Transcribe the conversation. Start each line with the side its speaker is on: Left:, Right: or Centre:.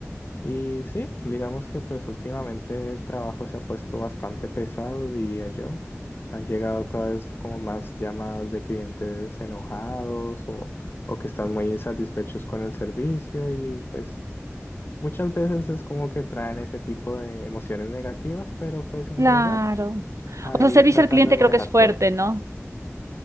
Left: Y sí, digamos que pues últimamente el trabajo se ha puesto bastante pesado, diría yo. Han llegado cada vez como más llamadas de clientes enojados o, o que están muy insatisfechos con el servicio y pues muchas veces es como que traen ese tipo de emociones negativas, pero pues en
Right: Claro.
Left: general ahí
Right: O sea, servicio
Left: tratando
Right: al cliente
Left: de manejar
Right: creo que es fuerte,
Left: todo.
Right: ¿no?